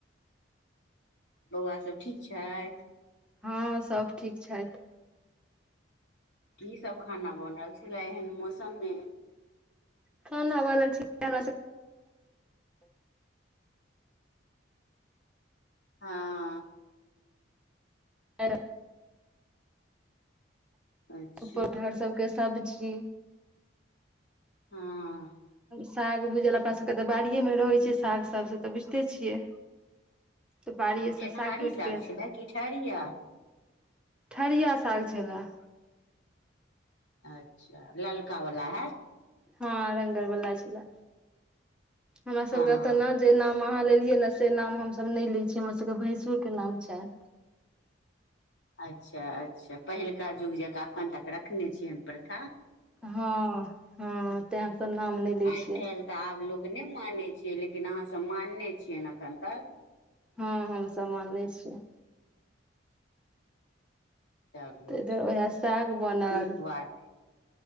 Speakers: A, on the left; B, in the centre.
A: बौआ सभ ठीक छथि
B: हँ सब ठीक छैत
A: कि सब खाना बनल छले एहेन मौसम मे
B: खाना बनल सब हमरा
A: हँ
B: आ <unintelligible>
A: अच्छा
B: आलू पौठार सबके सब्जी
A: हँ
B: साग भूजल अपना सबके तऽ बाड़िए मे रहैत छै साग सब तऽ बुझिते छियै तऽ बाड़िएसँ
A: हँ गेनहारी
B: साग टूटि क
A: छलै कि ठरिया
B: ठढ़िया साग छलाय
A: अच्छा ललका वाला हय
B: हँ रंगर वला छला हमरा सभकय
A: हँ
B: तेना जे नाम अहाँ लेलियै ने से नाम हमस नहि ले छियै हमर सबके भैंसुर के नाम छैन
A: अच्छा अच्छा पहिलका जुग जकाँ एखन तक रखने छियैन प्रथा
B: हँ हँ तैं त नाम नहि लै
A: आइ
B: छियै
A: काल्हि तऽ आब लोक नहि मानै छैयै लेकिन अहाँ सब मानने छियै अखन तक
B: हँ हमसभ मानने छियै
A: चलू
B: तऽ इधर उएह साग बनल
A: नीक बात हे